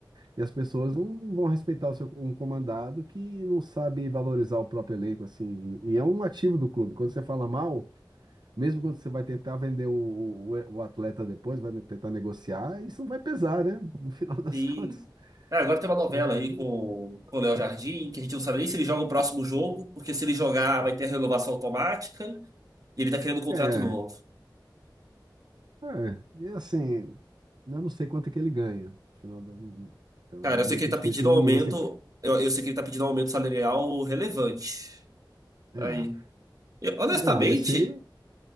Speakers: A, on the right (about 65°); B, on the right (about 45°).
A: E as pessoas não vão respeitar o seu, um comandado que não sabe valorizar o próprio elenco, assim. E, e é um ativo do clube. Quando você fala mal, mesmo quando você vai tentar vender o, o, o atleta depois, vai tentar negociar, isso vai pesar, né? No final das
B: Sim.
A: <laughs> contas.
B: Ah, agora tem uma novela
A: É.
B: aí com, com o Léo Jardim, que a gente não sabe nem se ele joga o próximo jogo, porque se ele jogar vai ter a renovação automática e ele tá querendo um contrato
A: É,
B: novo.
A: É, e assim, eu não sei quanto é que ele ganha. Afinal, da- então
B: Cara,
A: é muito
B: eu sei que ele tá
A: difícil
B: pedindo
A: nem
B: um aumento.
A: ir. não sei.
B: Eu, eu sei que ele tá pedindo um aumento salarial relevante.
A: É,
B: Aí. Eu, honestamente,
A: é é ver se.